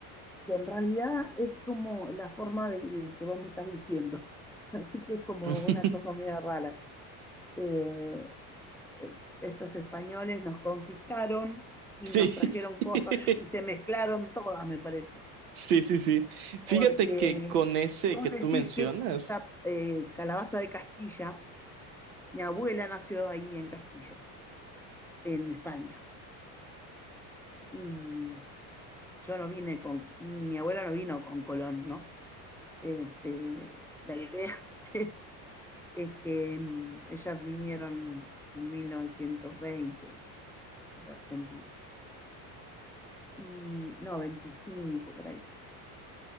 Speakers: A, in the centre; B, on the right.
A: que en realidad es como la forma de de que vos me estás diciendo. <laughs> Así que es como
B: <laughs>
A: una cosa media rara. Eh, eh, estos españoles nos conquistaron y
B: Sí.
A: nos trajeron
B: <laughs>
A: cosas y se mezclaron todas, me parece.
B: Sí, sí, sí. Fíjate
A: Porque
B: que con ese
A: vos
B: que tú
A: decís
B: mencionas,
A: que esa eh, calabaza de Castilla, mi abuela nació ahí en Castilla, en España. y yo no vine con, mi abuela no vino con Colón, ¿no? Este, la idea <laughs> es que mm, ellas vinieron en 1920 a la Argentina. Y no, 25 por ahí.